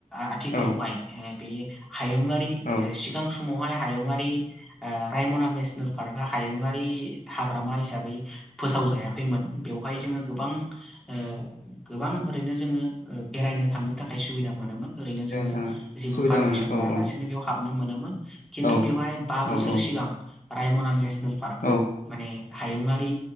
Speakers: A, in the centre; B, on the left (about 80°).
A: आथिखालावहाय
B: औ
A: बे हायुङारि
B: औ
A: सिगां समावहाय हायुङारि ओ रायमना नेसनेल पार्कआ हायुङारि हाग्रामा हिसाबै फोसावजाया। खैमोन बेवहाय जोङो गोबां ओ गोबां ओरैनो जोङो बेरायनो थांनो थाखाय सुबिदा मोनोमोन ओरैनो जोङो
B: थाङो
A: जेबो
B: सुबिदा
A: पारमिसन
B: मोनो औ
A: लायालासिनो
B: औ
A: बेयाव हाब मान मानोमोन खिन्थु
B: औ
A: बेवहाय बा
B: औ
A: बोसोर
B: औ
A: सिगां राय मना नेस पार्कखौ
B: औ
A: माने हायुंङारि